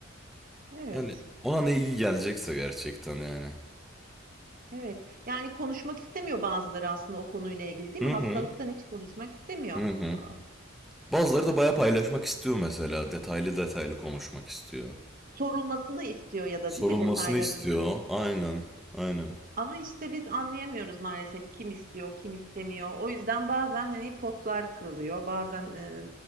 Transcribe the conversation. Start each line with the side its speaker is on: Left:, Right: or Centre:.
Right: evet,
Centre: Yani ona ne iyi gelecekse gerçekten yani.
Right: evet. Yani, konuşmak istemiyor bazıları aslında o konuyla ilgili, değil
Centre: Hı
Right: mi? Hastalıktan
Centre: hı.
Right: hiç konuşmak istemiyor.
Centre: Hı hı.
Right: A
Centre: Bazıları da bayağı paylaşmak istiyor mesela. Detaylı detaylı konuşmak istiyor.
Right: sorulmasını istiyor ya da,
Centre: Sorulmasını
Right: değil mi, detaylarını?
Centre: istiyor. Aynen. Aynen.
Right: Ama işte biz anlayamıyoruz maalesef kim istiyor, kim istemiyor. O yüzden bazen hani potlar kırılıyor, bazen e,